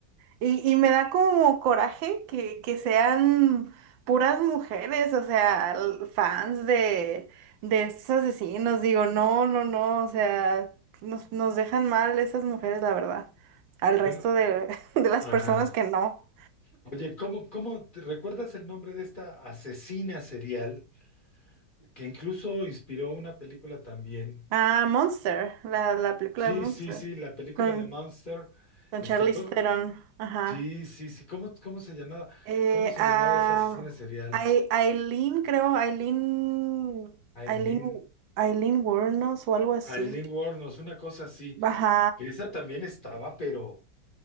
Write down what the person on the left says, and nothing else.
Bueno,
ajá.
Oye, ¿cómo, cómo te recuerdas el nombre de esta asesina serial? que incluso inspiró una película también.
Sí,
sí, sí, la película
de Monster,
este,
co-
sí, sí, sí, ¿cómo, cómo se llamaba?
¿Cómo se
llamaba esa asesina serial?
Aileen,
Aileen Wuornos, una cosa así.
que Esa también estaba, pero